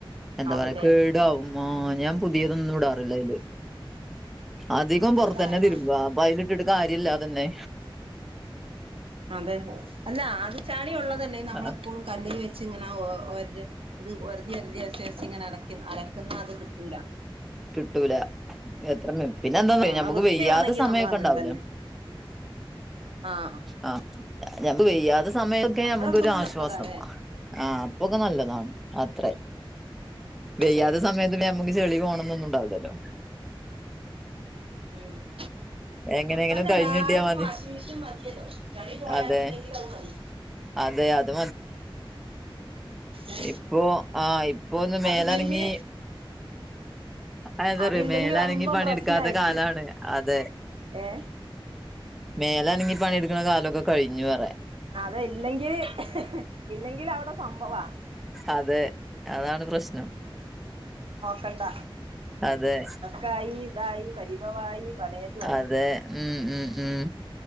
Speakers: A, in the centre; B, on the right.
A: എന്താ
B: ആവൂല്ലേ
A: പറയാ കേടാവും മ്മാ ഞാ പുതിയതൊന്നും ഇടാറില്ല അയില് അധികം പുറത്ത്
B: അല്ല
A: തന്നെ
B: എന്നാ
A: തിരുമ്പ അപ്പൊ അയില് ഇട്ടിട്ട് കാര്യല്ലാതന്നെ
B: അതെ അല്ല അത് ചളി ഉള്ളതല്ലേ നമ്മളെപ്പോളും
A: ആ,
B: കല്ലില് വെച്ച് ഇങ്ങനെ ഒര അത് ഒര്തി അര്തി ഒര്ച്ച് ഒര്ച്ച് ഇങ്ങനെ അല അലക്കുന്ന അത് കിട്ടൂല
A: കിട്ടൂല എത്ര പിന്നെ എന്താ
B: ആഹ്
A: നമുക്ക്
B: വൃത്തി
A: വെയ്യാത്ത
B: വേണമെങ്കിൽ
A: സമയക്കെ
B: നമ്മൾ അങ്ങനെ
A: ഉണ്ടാവൂല്ലേ
B: തന്നെ ആഹ്
A: ആഹ് ഞ വെയ്യാതെ സമയൊക്കെ
B: അപ്പഴൊക്കെ
A: നമുക്ക് ഒരു
B: ഒന്നും
A: ആശ്വാസം
B: നല്ലതാല്ലേ
A: ആഹ് അപ്പൊക്കെ നല്ലതാണ് അത്രേ വെയ്യാത്ത
B: അതെ
A: സമയത്ത് പ്പിനെ നമ്മുക്ക് ചെളി പോണംന്നൊന്നും ഉണ്ടാവില്ലല്ലോ
B: ഉം
A: എങ്ങനെങ്കിലും
B: പ
A: കഴിഞ്ഞിട്ടിയാ
B: എല്ലാർക്കും
A: മതി
B: വാഷിമിഷി മതിയല്ലോ ചളി പോയാലും
A: അതെ
B: ഇല്ലെങ്കിൽ അത് മതി
A: അതെ അത്
B: ഏ
A: ഇപ്പോ ആഹ് ഇപ്പൊ ഒന്ന് മേലനങ്ങി
B: അതില്ലെങ്കിൽ
A: അതന്തറിയോ
B: അതില്ലെങ്കി
A: മേലനങ്ങി
B: വമ്പം
A: പണിടുക്കാത്ത
B: പ്രശ്നായിരിക്കും
A: കാലാണ് അതെ
B: ഏ
A: മേലനങ്ങി പണിയെട്ക്ക്ണ കാലക്കെ കഴിഞ്ഞു പറെ
B: അത ഇല്ലെങ്കി ഇല്ലെങ്കിലവടെ സംഭവാ
A: അതെ അതാണ് പ്രശ്നം
B: കണ്ട
A: അതെ
B: കയി ഇതായി പരിഭവായി. പലേതും ആയി
A: അതെ ഉം ഉം ഉം